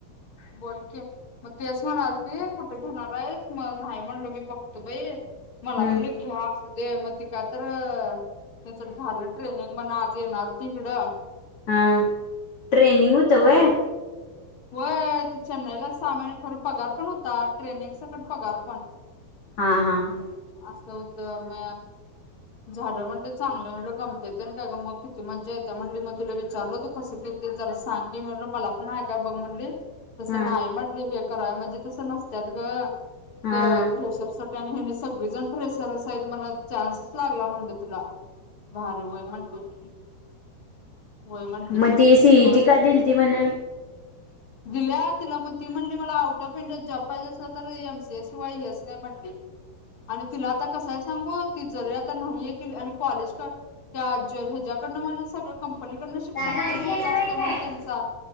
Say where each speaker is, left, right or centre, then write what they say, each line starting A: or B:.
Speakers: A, on the left; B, on the left.
A: बोल मग तेस म्हणालती कुठे घेणार आहेस, मग नाही म्हणल मी बघतो बाई.
B: हम्म
A: मला‌ म्हटली घ्या, असूदे म ते काय तर झालं ट्रेनिंग. ती पण आज येणार होती हिकडं.
B: हा ट्रेनिंग होतवय!
A: मग व्हय चेन्नईला सहामाहीने, खर पगार पण होता ट्रेनिंगसकट पगार पण.
B: हा हा हा.
A: अस होत म झालं म्हणली चांगलं मी म्हलं गमत तेन काय ग, मग किती मज्जा येते म्हणली. म तिला विचारलं होत कसं किती जरा सांग की, मी म्हलं मला पण हाय आहे का बग म्हणली. तसं
B: हा
A: नाही म्हटली हे कराव म्हणजे तसं नसत्यात ग.
B: हा
A: तर
B: हा
A: फ्रेशरसाठी आणि हेनि सगळेजण फ्रेशरच हायत म्हण, चान्सच लागला म्हटलं तुला. भारी होय म्हटली. व्हय म्हटली
B: मग ती सीईटी
A: मग
B: का दिली ती म्हण
A: दिल्या तिला मग ती म्हणली मला आउट ऑफ इंडिया जॉब पाहिजे अस तर एमसीएस शिवाय हेच नाही म्हटली. आणि तुला आता कसय सांगू. ती जरी पटकन होईल आणि कॉलेज का त्या अजय हेज्याकडनं सर्व कम्प्लीट पण तीकडण शिक्षणाचा
B: दादा आजी
A: खर्च
B: येणार
A: असतोय
B: आहे
A: म्हनण
B: काय?
A: या